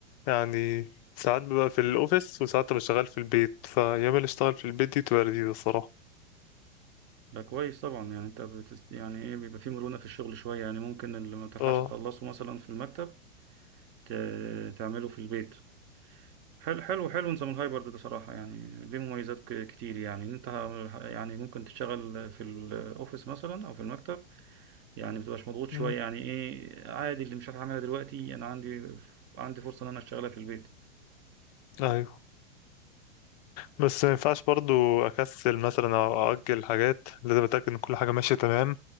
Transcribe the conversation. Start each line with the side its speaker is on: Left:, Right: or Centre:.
Left: يعني ساعات ببقى في الأوفيس وساعات ببقى شغال في البيت فأيام اللي أشتغل في البيت دي تبقى لذيذة الصراحة
Right: ده كويس طبعا يعني انت بتس... يعني ايه بيبقى فيه مرونة في الشغل شوية يعني ممكن اللي ما تلحقش
Left: اه
Right: تخلصه مثلا في المكتب ت- تعمله في البيت حلو حلو حلو نظام الهايبرد ده صراحة يعني ليه مميزات ك- كتير يعني انت ه- يعني ممكن تشتغل في الاوفيس مثلا او في المكتب يعني متبقاش مضغوط شوية
Left: مم.
Right: يعني ايه عادي اللي مش هعملها دلوقتي انا عندي عندي فرصة ان انا اشتغلها في البيت
Left: أيوه بس ما ينفعش برضو أكسل مثلا أو أأجل حاجات لازم أتأكد إن كل حاجة ماشية تمام